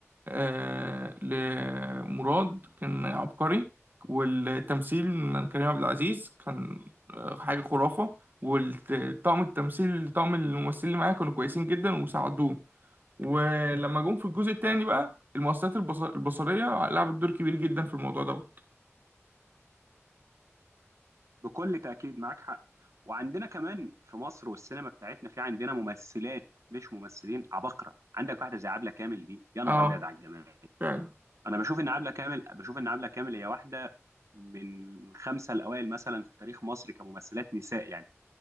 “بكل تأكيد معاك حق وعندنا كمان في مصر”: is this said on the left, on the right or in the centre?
Right